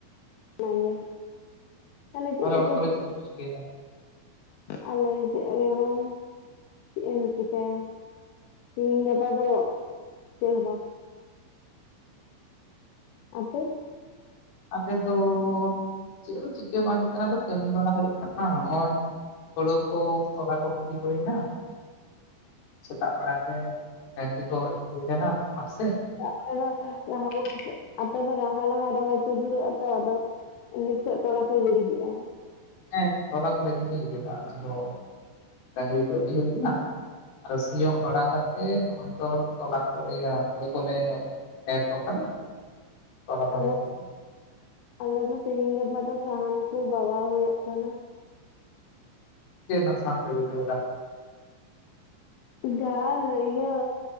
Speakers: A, on the left; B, on the left.
A: ᱚᱱᱟ ᱜᱮ᱾ ᱛᱟᱦᱚᱞᱮ ᱪᱤᱜ ᱠᱚ
B: ᱚᱲᱟᱜ
A: ᱠᱩ ᱯᱮ
B: ᱠᱚᱨᱮ
A: ᱪᱤᱠᱼᱼ
B: ᱪᱮᱫ ᱠᱚᱯᱮ ᱪᱤᱠᱟᱹᱭᱮᱫᱟ
A: ᱟᱞᱮ ᱪᱮᱜ ᱜᱮ ᱵᱟᱝ ᱪᱤᱜ ᱮᱢ ᱪᱤᱠᱟᱭᱟ᱾ ᱛᱤᱦᱤᱧ ᱜᱟᱯᱟ ᱫᱚ ᱪᱮᱜ ᱦᱚᱸ ᱵᱟᱝ᱾ ᱟᱯᱮ?
B: ᱟᱞᱮ ᱫᱚ ᱪᱤᱜ ᱦᱚᱸ ᱪᱤᱠᱟᱹ ᱵᱟᱝ ᱦᱩᱭᱩᱜ ᱠᱟᱱᱟ ᱟᱫᱚ ᱠᱟᱹᱢᱤ ᱵᱟᱲᱟ ᱦᱩᱭᱩᱜ ᱠᱟᱱᱟ ᱱᱚᱜ-ᱚᱸᱭᱼᱼ ᱦᱩᱲᱩ ᱠᱚ ᱛᱚᱞᱟ ᱠᱚ ᱜᱤᱰᱤ ᱦᱚᱭ ᱮᱱᱟ᱾ ᱥᱮᱛᱟᱜ ᱵᱮᱲᱟ ᱜᱮ ᱰᱟᱹᱝᱨᱤ ᱠᱚ ᱤᱫᱤ ᱦᱩᱭ ᱟᱠᱟᱱᱟ ᱢᱟᱴ ᱥᱮᱫ ᱾
A: ᱟᱯᱮ ᱫᱚ ᱞᱟᱦᱟ <unintelligible> ᱥᱮᱼᱼ ᱟᱯᱮ ᱫᱚ ᱞᱟᱦᱟ ᱞᱟᱦᱟ ᱨᱚᱦᱚᱭ ᱯᱮ ᱫᱷᱩᱨᱟᱹᱜ-ᱟ ᱛᱚ ᱟᱫᱚ ᱮ ᱱᱤᱛ ᱠᱷᱚᱱ ᱛᱚᱞᱟ ᱯᱮ ᱜᱤᱰᱤ ᱠᱮᱜ-ᱟ᱾
B: ᱦᱮᱸ ᱛᱚᱞᱟ ᱠᱚᱞᱮ ᱜᱤᱰᱤ ᱠᱮᱫᱟ ᱟᱫᱚ ᱰᱟᱹᱝᱨᱤ ᱠᱚ ᱤᱫᱤ ᱦᱩᱭ ᱞᱮᱱᱟ᱾ ᱟᱨ ᱥᱤᱭᱳᱜ ᱵᱟᱲᱟ ᱠᱟᱛᱮᱜ ᱱᱚᱜ-ᱚᱸᱭ ᱛᱚ ᱛᱚᱞᱟ ᱠᱚ ᱤᱭᱟᱹ ᱦᱩᱲᱩ ᱠᱚᱞᱮᱼᱼ ᱮᱨ ᱚᱴᱚ ᱠᱟᱫᱟ ᱛᱚᱞᱟ ᱠᱚᱞᱮ
A: ᱟᱞᱮ
B: ᱜᱤᱰᱤ ᱦᱩᱭᱼᱼ
A: ᱟᱞᱮ ᱫᱚ ᱛᱤᱦᱤᱧ ᱜᱟᱯᱟ ᱫᱚ ᱥᱟᱦᱟᱱ ᱠᱚ ᱵᱟᱜᱟᱣ ᱦᱚᱭᱚᱜ ᱠᱟᱱᱟ᱾
B: ᱪᱮᱜ ᱨᱮᱱᱟᱜ ᱥᱟᱦᱟᱱ ᱯᱮ ᱵᱤᱜᱷᱟᱹᱣ ᱮᱫᱟ?
A: ᱡᱟᱦᱟᱸ ᱤᱭᱟᱹ